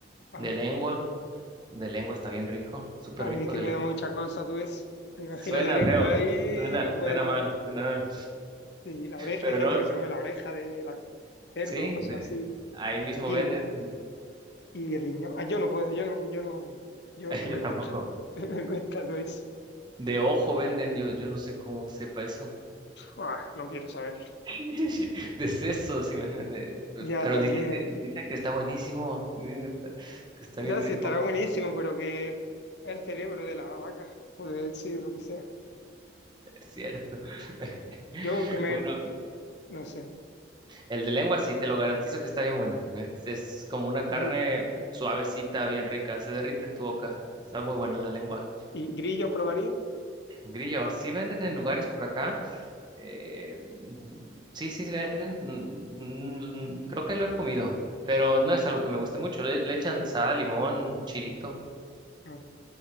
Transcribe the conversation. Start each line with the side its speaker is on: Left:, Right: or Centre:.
Left: Ah,
Right: de lengua. De lengua está bien rico, súper
Left: A, mí
Right: rico
Left: es que
Right: de
Left: me
Right: lengua.
Left: da mucha cosa, tú ves. Me imagino
Right: Suena
Left: la lengua
Right: feo,
Left: ahí,
Right: suena,
Left: no puedo.
Right: suena mal, suena mal.
Left: Y la oreja,
Right: Pero
Left: hay gente
Right: no,
Left: que se come la oreja de la cerdo,
Right: sí,
Left: cosas
Right: de-
Left: así.
Right: ahí mismo
Left: Aquí,
Right: venden.
Left: Y riñón. Ah, yo no puedo, yo no, yo no, yo
Right: <laughs>
Left: es que
Right: Yo
Left: me
Right: tampoco.
Left: cuesta. <laughs> Me cuesta todo eso.
Right: De ojo venden, yo, yo no sé cómo sepa eso.
Left: Ah, no quiero saberlo.
Right: <laughs> De sesos, imagínate.
Left: Ya
Right: Pero
Left: también.
Right: dicen que, dicen que está buenísimo, dicen que está, que está bien
Left: Ya
Right: rico,
Left: sí estará buenísimo, pero que es el cerebro de la vaca, o de sí, de lo que sea.
Right: <laughs> es cierto. <laughs>
Left: Yo comer,
Right: Bueno,
Left: no sé.
Right: el de lengua sí, te lo garantizo que está bien bueno. Es, es como una carne
Left: Pero-
Right: suavecita, bien rica, se derrite en tu boca. Está muy buena la lengua.
Left: ah, ¿Y grillo probaría?
Right: Grillo, sí venden en lugares por acá. eh, sí, sí se venden. mm, mm, creo que lo he comido, pero no es algo que me guste mucho. Le, le echan sal, limón, chilito.
Left: No,